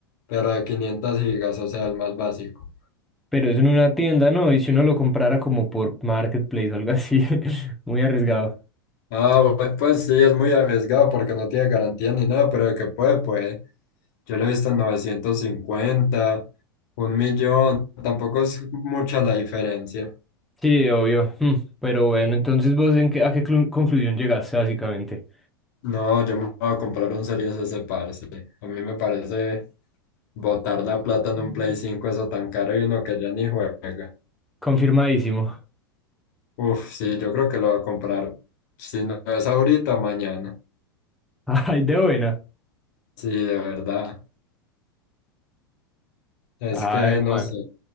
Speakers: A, on the left; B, in the centre.
A: Pero de 500 gigas, o sea, el más básico.
B: Pero eso en una tienda, ¿no? Y si uno lo comprara como por Marketplace o algo así, <laughs> muy arriesgado.
A: Ah, bu- pues sí, es muy arriesgado porque no tiene garantía ni nada, pero de que puede, puede. Yo lo he visto en novecientos cincuenta un millón, tampoco es mucha la diferencia.
B: Sí, obvio. Mm, Pero bueno, entonces vos en qué- a qué clu- conclusión llegaste básicamente.
A: No, yo me voy a comprar un Series S, parce. A mí me parece botar la plata en un Play 5 eso tan caro y uno que ya ni juega.
B: Confirmadísimo. <laughs>
A: Uf, sí, yo creo que lo voy a comprar. Si no es ahorita, mañana.
B: Ay, de buena.
A: Sí, de verdad. Es
B: Ay,
A: que no
B: man.
A: sé.